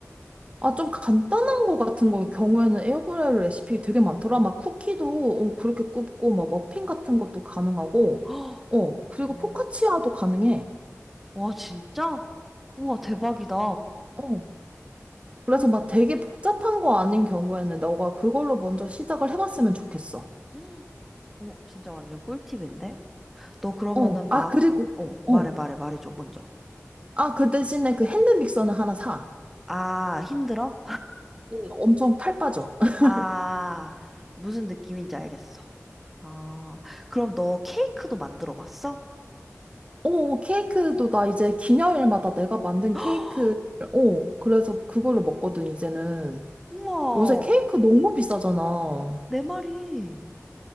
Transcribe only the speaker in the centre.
<gasps> 헉,
음.
와, 진짜? 우와, 대박이다.
오,
<gasps>
헉, 오, 진짜 완전 꿀팁인데? 너 그러면은
막,
어,
말해, 말해, 말해줘, 먼저.
아, 힘들어?
아, 무슨 느낌인지 알겠어. 아, 그럼 너 케이크도 만들어 봤어?
<gasps>
우와,
내 말이.